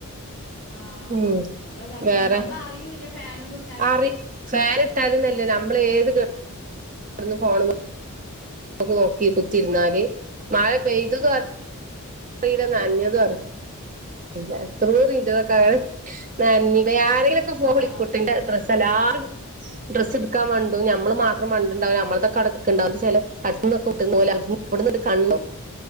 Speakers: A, in the centre; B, on the right.
A: ആഹ്
B: ഉം
A: നമ്മള് കെടക്കുമ്പോത്ത്
B: വേറെ
A: നമ്മള് അറിയൂല്ല ഫാനൊന്നു ഇ
B: അറി ഫാൻ ഇട്ടാല് ന്നല്ല നമ്മള് ഏത് ഗ ഇബ് <unintelligible> ടന്നു കൊണ്ടക നോക്കി കുത്തിരുന്നാല് മഴ പെയ്തതും
A: ആഹ്
B: അറീയിലാ നനഞ്ഞതും അറീല ഇല്ല എത്ര <unintelligible> ഇ ആരെങ്കിലൊക്കെ ഫോൺ
A: ആഹ്
B: വിളിക്കുട്ടോ എന്റെ - എല്ലാരും ഡ്രസ്സ് എടുക്കാൻ വണ്ടു ഞമ്മള് മാത്രം വന്നിട്ടുണ്ടാവൂല നമ്മള് ഇതൊക്കെ അവിടെക്കണ്ടാവുംണ്ട് ചില- അടുതുന്നൊക്കെ <unintelligible> പോലങ്ങ് കണ്ടോ